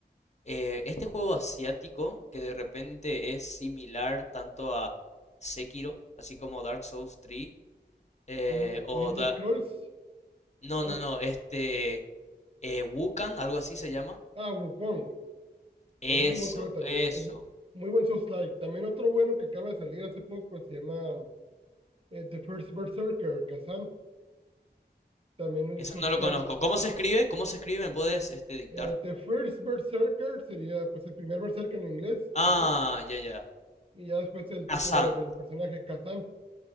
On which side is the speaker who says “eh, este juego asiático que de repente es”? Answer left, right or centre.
Left